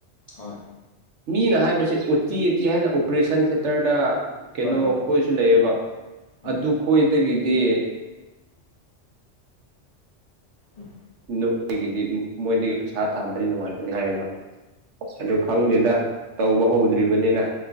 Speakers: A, on the left; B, on the right.
A: ꯍꯣꯏ
B: ꯃꯤꯅ ꯍꯥꯏꯕꯁꯦ ꯎꯇꯤ ꯎꯇꯤ ꯍꯥꯏꯅ ꯑꯣꯄꯔꯦꯁꯟ ꯊꯦꯇꯔꯗ ꯀꯩꯅꯣ
A: ꯍꯣꯏ ꯍꯣꯏ
B: ꯀꯣꯏ ꯂꯩꯕ
A: ꯎꯝ
B: ꯑꯗꯨ ꯈꯣꯏꯗꯒꯤꯗꯤ
A: ꯎꯝ
B: ꯅꯣꯏꯒꯤꯗꯤ ꯃꯣꯏꯗꯒꯤ ꯄꯩꯁꯥ ꯇꯥꯝꯕꯗꯤ ꯅꯨꯡꯉꯥꯏꯕꯅꯤ ꯍꯥꯏꯌꯦꯕ ꯑ ꯑꯗꯨ
A: ꯎꯝ
B: ꯈꯪꯗꯦꯗ ꯇꯧꯕ ꯍꯧꯗ꯭ꯔꯤꯕꯅꯤꯅ